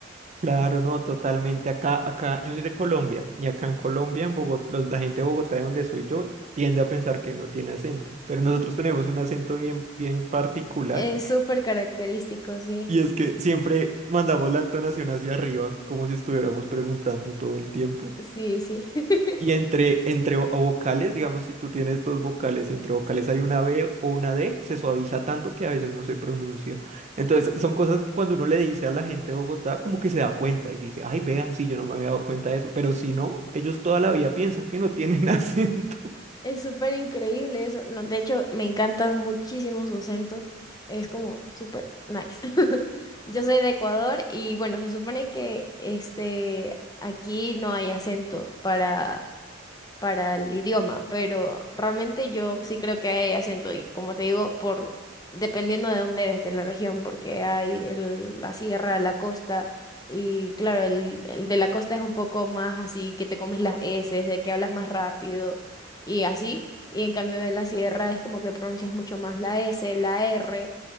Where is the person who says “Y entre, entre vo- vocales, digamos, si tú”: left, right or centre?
Right